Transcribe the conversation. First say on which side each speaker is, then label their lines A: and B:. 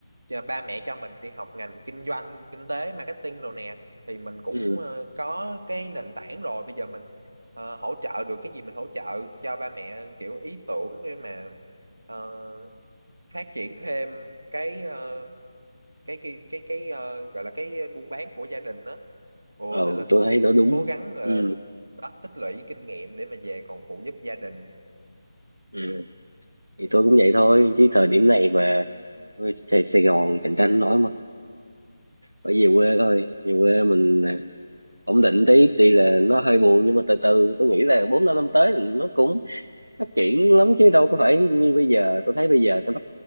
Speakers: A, on the right (about 70°); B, on the right (about 85°).
A: cho ba mẹ cho mình đi học ngành kinh doanh kinh tế marketing đồ nè thì mình cũng
B: ừ ừ
A: ờ, có cái nền tảng rồi bây giờ mình ờ, hỗ trợ được cái gì mình hỗ trợ cho ba mẹ kiểu ý tưởng để mà ờ, phát triển thêm cái ờ, cái cái cái cái ờ, gọi là cái buôn bán của gia đình đó ồ
B: ừ,
A: nên là
B: tôi
A: tôi
B: thấy
A: cũng
B: nó đúng
A: cố gắng gọi
B: ừ
A: là đó, tích lũy kinh nghiệm để mà về còn phụ giúp gia đình
B: ừ thì tôi cũng vậy thôi chứ thời điểm này mà Sài Sài Gòn cạnh tranh nổi mà phải về quê thôi về quê mình à, ổn định tí tuy là nó hơi buồn nhưng mà từ từ tôi nghĩ là bốn năm năm tới thì nó cũng phát triển lắm chứ đâu có phải như bây giờ tôi thấy bây giờ nó bắt